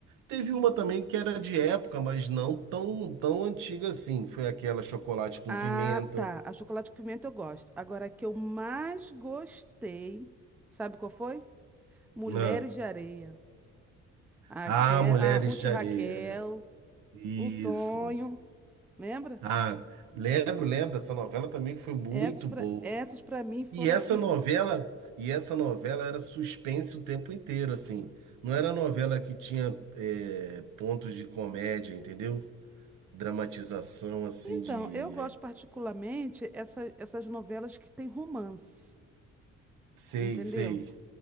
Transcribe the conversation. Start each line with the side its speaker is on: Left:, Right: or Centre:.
Right: Teve uma também que era de época, mas não tão, tão antiga assim. Foi aquela chocolate com
Centre: Ah,
Right: pimenta.
Centre: tá, a Chocolate com Pimenta eu gosto. Agora, a que eu mais gostei, sabe qual foi? Mulheres
Right: né?
Centre: de Areia. A,
Right: Ah,
Centre: Ke-
Right: Mulheres
Centre: a Ruth
Right: de
Centre: e
Right: Areia.
Centre: Raquel,
Right: é. Isso.
Centre: o Tonho. Lembra?
Right: Ah, lembro, lembro, essa novela também foi muito
Centre: Essas para
Right: boa.
Centre: essas para mim foram
Right: E essa
Centre: assim.
Right: novela, e essa novela era suspense o tempo inteiro, assim. Não era novela que tinha é, pontos de comédia, entendeu? Dramatização, assim,
Centre: Então,
Right: de...
Centre: eu gosto
Right: é,
Centre: particularmente essa, essas novelas que tem romance,
Right: sei,
Centre: entendeu?
Right: sei.